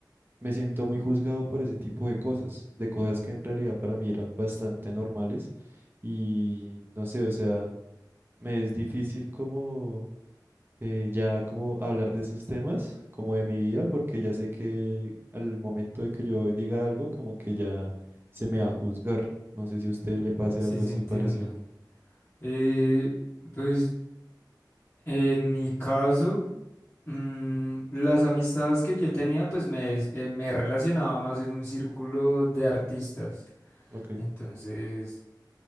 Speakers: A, on the right (about 30°); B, on the left (about 35°).
A: me siento muy juzgado por ese tipo de cosas, de cosas que en realidad para mí eran bastante normales y no sé, o sea, me es difícil como eh, ya como hablar de esos temas, como de mi vida, porque ya sé que al momento de que yo diga algo, como que ya se me va a juzgar. No sé si a usted le pase
B: Sí,
A: algo
B: sí,
A: así
B: entiendo.
A: parecido.
B: Eh, pues en mi caso, mm, las amistades que yo tenía, pues me, eh, me relacionaba más en un círculo de artistas.
A: Ok,
B: Entonces,